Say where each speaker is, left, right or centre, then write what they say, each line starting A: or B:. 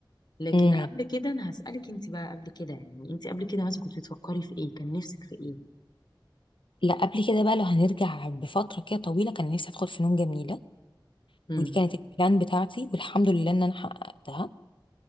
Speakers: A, on the left (about 60°); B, on the left (about 80°).
A: لكن
B: أيوة.
A: قبل كده انا هسألك انت بقى قبل كده يعني انت قبل كده مثلا كنت بتفكري في ايه كان نفسك في ايه
B: لا قبل كده بقى لو هنرجع بفترة كده طويلة كان نفسي أدخل فنون جميلة
A: مم.
B: ودي كانت البلان بتاعتي والحمد لله إن أنا حققتها